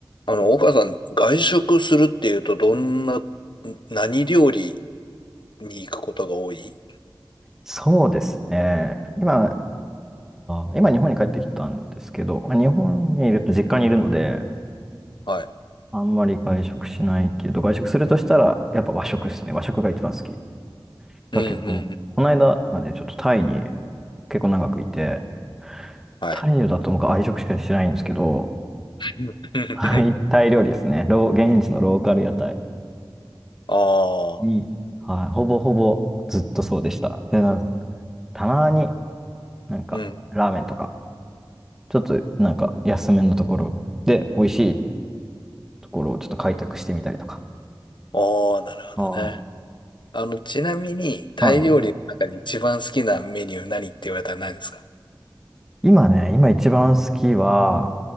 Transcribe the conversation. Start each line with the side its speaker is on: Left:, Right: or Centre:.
Left: あの、岡さん、外食するっていうと、どんな、何料理に行くことが多い
Centre: そうですね。今、あー今日本に帰ってきたんですけど、まあ日本にいると実家にいるので、
Left: はい。
Centre: あんまり外食しないけど、外食するとしたら、やっぱ和食ですね。和食が一番好き。だけど、
Left: うんうんうん。
Centre: この間までちょっとタイに結構長くいて、
Left: はい。
Centre: タイだと僕は愛食しかしてないんですけど、
Left: <laughs>
Centre: はい、タイ料理ですね。ロー、現地のローカル屋台
Left: ああ、
Centre: に、はい、ほぼほぼずっとそうでした。で、なたまになんかラーメンとか、
Left: うん。
Centre: ちょっとなんか安めのところ、で、美味しいっところをちょっと開拓してみたりとか。
Left: ああ、なるほどね。
Centre: はい。
Left: あの、ちなみに、タイ料理の中で一番好きなメニュー何って言われたら何ですか
Centre: はい。今ね、今一番好きは、